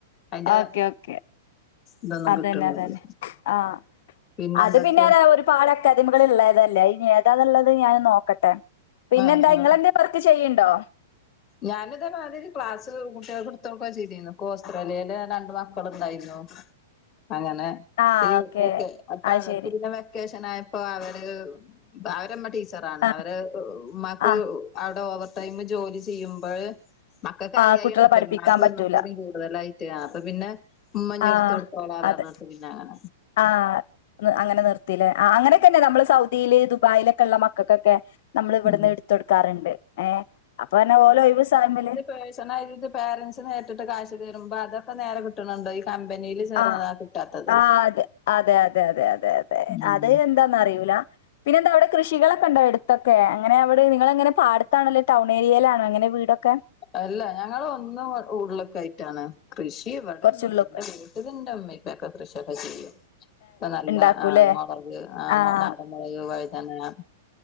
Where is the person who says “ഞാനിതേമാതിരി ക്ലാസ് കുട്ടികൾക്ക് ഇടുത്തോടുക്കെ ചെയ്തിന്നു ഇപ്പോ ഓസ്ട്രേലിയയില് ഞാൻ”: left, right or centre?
Left